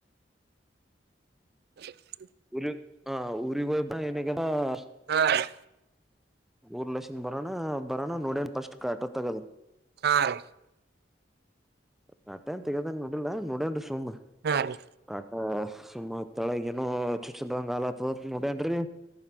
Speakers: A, on the right (about 60°); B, in the centre.
A: ಹ <inaudible>
B: ಉ ಹ ಉರಿಬ <inaudible>
A: ಹಾ <inaudible>
B: ಊರ್ ಲಕ್ಷನ್ ಬರೋಣ ಬರೋಣ ನೋಡೇನ್ ಪಫಸ್ಟ್ ಕಟ ತಗದು
A: ಹಾ ರೀ <inaudible>
B: ಕಟನ್ ತೆಗದಂಗ ನೋಡಲ್ಲ ನೋಡನ ಸುಮ
A: ಹಾ ರೀ
B: ಕ <inaudible> ಸುಮ್ಮಾ ತಳಗ ಏನು ಚು ಚದಂಗ ಆಲ್ತದತ್ ನೋಡನ್ರರಿ